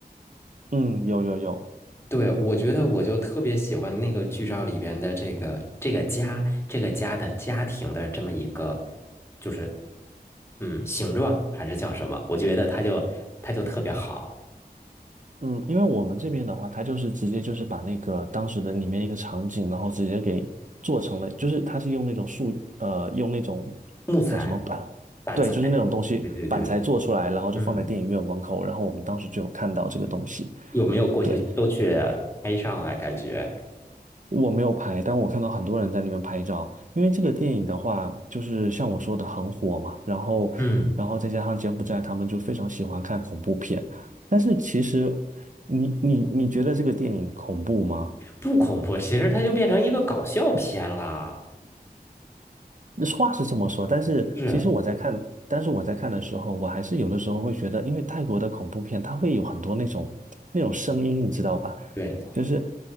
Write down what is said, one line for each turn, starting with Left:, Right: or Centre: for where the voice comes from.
Right: 嗯，有有有，
Left: 对，我觉得我就特别喜欢那个剧照里边的这个这个家，这个家的家庭的这么一个，就是嗯形状还是叫什么？我觉得它就它就特别好，
Right: 嗯，因为我们这边的话，它就是直接就是把那个当时的里面一个场景，然后直接给做成了，就是它是用那种树，呃，用那种
Left: 木材、
Right: 叫什么板，
Left: 板材，
Right: 对，就是那种东西板材做出来，
Left: 对对对，
Right: 然后就放在电影院门口，
Left: 嗯。
Right: 然后我们当时就有看到这个东西，
Left: 有没有过去都去
Right: 对，
Left: 拍照啊？感觉
Right: 我没有拍，但我看到很多人在那边拍照。因为这个电影的话，就是像我说的很火嘛，然后，
Left: 嗯，
Right: 然后再加上柬埔寨他们就非常喜欢看恐怖片。但是其实你，你你觉得这个电影恐怖吗？
Left: 不恐怖，其实它就变成一个搞笑片啦。
Right: 话是这么说，但是其实我在看，
Left: 是，
Right: 但是我在看的时候，我还是有的时候会觉得，因为泰国的恐怖片，它会有很多那种那种声音，你知道吧？
Left: 对，
Right: 就是